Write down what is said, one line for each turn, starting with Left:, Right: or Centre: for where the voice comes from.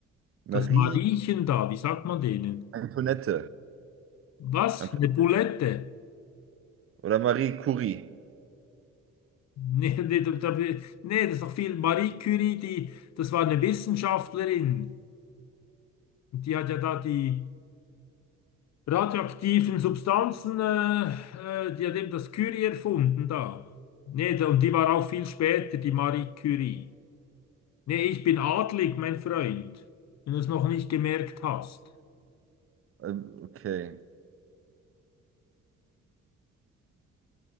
Right: Marie
Left: Das Mariechen da, wie sagt man denen?
Right: Antoinette
Left: Was?
Right: Ant-
Left: Eine Bulette? <laughs>
Right: oder Marie Curie.
Left: Nee, nee, da, da, nee, das ist doch viel. Marie Curie, die, das war eine Wissenschaftlerin. Und Die hat ja da die radioaktiven Substanzen, äh, äh, die hat eben das Curie erfunden da. Nee, da, und die war auch viel später, die Marie Curie. Nee, ich bin adlig, mein Freund, wenn du es noch nicht gemerkt hast.
Right: Ähm, Okay.